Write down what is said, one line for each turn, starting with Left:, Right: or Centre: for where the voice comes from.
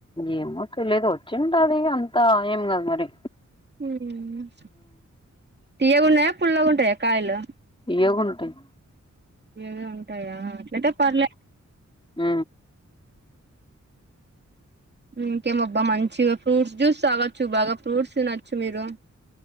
Left: ఏమో తెలిదు వచ్చింట అది అంతా ఏం కదు మరి
Right: ఉమ్ హూ తీియ గున్నాయా పుల్ల గా ఉంటాయా కాయలు
Left: తీయ గుంటాయి
Right: తీయగా ఉంటాయా అట్లాతే పర్లే
Left: ఆ
Right: ఇంకేమబ్బా మంచిగా ఫ్రూట్స్ జ్యూస్ తాగచ్చు బాగా ఫ్రూట్స్ తినొచ్చు మీరు